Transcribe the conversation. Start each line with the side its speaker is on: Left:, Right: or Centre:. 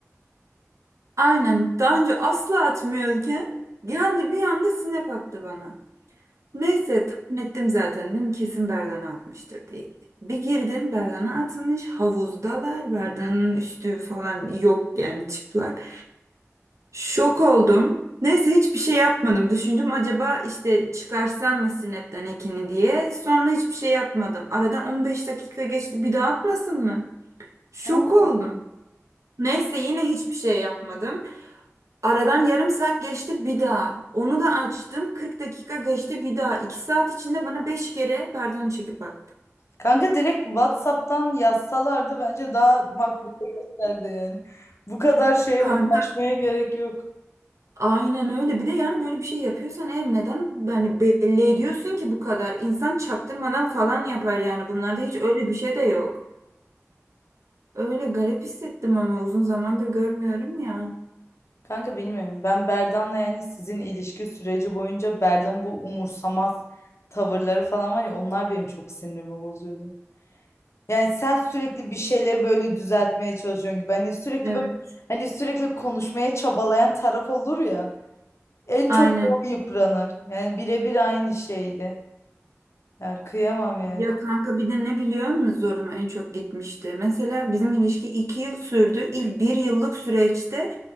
Right: Aynen daha önce asla atmıyorken geldi bir anda snap attı bana. Neyse tahmin ettim zaten dedim kesin Berdan'a atmıştır diye. Bir girdim Berdan'a atılmış havuzdalar Berdan'ın üstü falan yok yani çıplak. Şok oldum. Neyse hiçbir şey yapmadım. Düşündüm acaba işte çıkarsam mı Snap'ten ekini diye. Sonra hiçbir şey yapmadım. Aradan 15 dakika geçti bir daha atmasın mı? Şok
Left: Tamam
Right: oldum.
Left: mı?
Right: Neyse yine hiçbir şey yapmadım. Aradan yarım saat geçti bir daha. Onu da açtım. 40 dakika geçti bir daha. 2 saat içinde bana 5 kere Berdan'ı çekip attı.
Left: kanka direkt WhatsApp'tan yazsalardı bence daha makbule gösterdi yani. Bu kadar şeye
Right: Kanka
Left: uğraşmaya gerek yok.
Right: aynen öyle. Bir de yani böyle bir şey yapıyorsan eğer neden yani belli ediyorsun ki bu kadar? İnsan çaktırmadan falan yapar yani. Bunlarda hiç öyle bir şey de yok. Öyle garip hissettim ama uzun zamandır görmüyorum ya.
Left: Kanka bilmiyorum. Ben Berdan'la yani sizin ilişki süreci boyunca Berdan'ın bu umursamaz tavırları falan var ya onlar benim çok sinirimi bozuyordu. Yani sen sürekli bir şeyleri böyle düzeltmeye çalışıyorsun gibi. Hani sürekli
Right: Evet.
Left: böyle hani sürekli konuşmaya çabalayan taraf olur ya. En
Right: Aynen.
Left: çok o yıpranır. Yani birebir aynı şeydi. Ya kıyamam yani.
Right: Ya kanka bir de ne biliyor musun zoruma en çok gitmişti? Mesela bizim ilişki 2 yıl sürdü. İlk bir yıllık süreçte